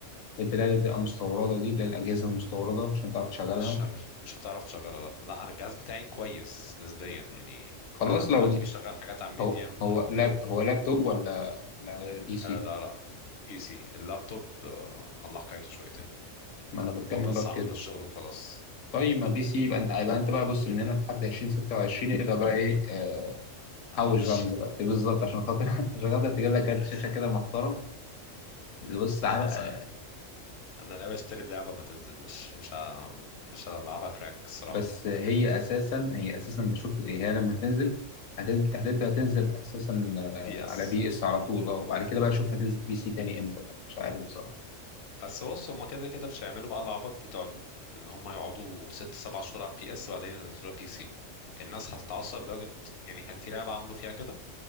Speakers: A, on the left (about 85°); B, on the left (about 55°).
A: بتلاقي بتبقى مستورده دي اللي هي الاجهزه المستورده عشان تعرف
B: لا
A: تشغلها
B: مش مش مش هتعرف تشغلها لا لا انا الجهاز بتاعي كويس نسبيا يعني
A: خلاص
B: لحد دلوقتي
A: لو
B: بيشغل حاجات على ميديوم
A: هو هو
B: او لو
A: لاب هو لابتوب ولا ولا بي سي
B: آه لا لا بي سي اللابتوب آه الله حكايته شويتين
A: ما انا بتكلم
B: هو بس
A: بقى في
B: عامله
A: كده
B: للشغل وخلاص
A: طيب ما بي سي يبقى انت يبقى انت بقى بص من هنا لحد 2026 ابدا بقى ايه آه،
B: احوش
A: حوش بقى من دلوقتي بالظبط عشان خاطر <laughs> عشان خاطر تجيب لك كارت
B: <laughs>
A: شاشه كده محترم بص
B: لا
A: عرق
B: بس انا أنا ناوي اشتري اللعبه ما تنزل مش مش ه... مش هلعبها كراك الصراحه
A: بس هي اساسا هي اساسا بشوف إيه، هي لما هتنزل هتبدا هتبدا تنزل اساسا آه،
B: بي اس
A: على بي اس على طول اه وبعد كده بقى اشوف هتنزل بي سي تاني امتى بقى مش عارف بصراحه
B: بس بص هما كده كده مش هيعملوا بقى العبط بتوع ال- اللي هما يقعدوا ست سبع شهور على بي اس وبعدين ينزلوها بي سي الناس هتتعصب لدرجه يعني كان في لعبه عملوا فيها كده